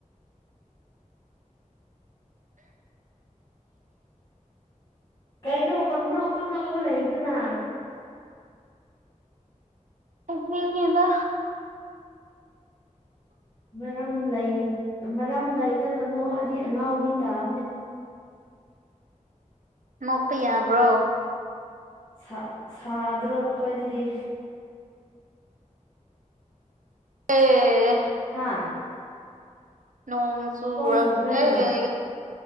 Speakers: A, on the left; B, on the right.
A: ꯀꯩꯅꯣ ꯄꯪꯅꯣꯛ ꯇꯧ ꯅꯣꯛꯑꯒ ꯂꯩꯗꯨꯅ
B: ꯅꯦꯛꯅꯥꯡꯉꯦꯗ
A: ꯃ ꯃꯔꯝ ꯂꯩ ꯃꯔꯝ ꯂꯩꯇꯅ ꯅꯣꯛꯑꯗꯤ ꯑꯉꯥꯎꯕꯤ ꯇꯥꯕꯅꯦ
B: ꯅꯣꯛꯄ ꯌꯥꯕ꯭ꯔꯣ
A: ꯁꯥ ꯁꯗ꯭ꯔꯣ ꯅꯈꯣꯏꯗꯗꯤ
B: ꯑꯦ
A: ꯍꯥꯥ
B: ꯅꯣꯡ ꯆꯨꯔ
A: ꯆꯨꯕ꯭ꯔꯅꯦ
B: ꯑꯦ